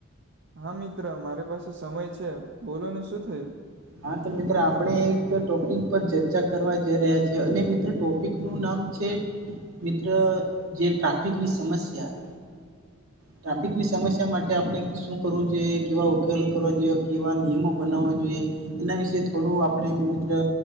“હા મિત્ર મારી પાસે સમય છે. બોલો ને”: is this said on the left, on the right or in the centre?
Right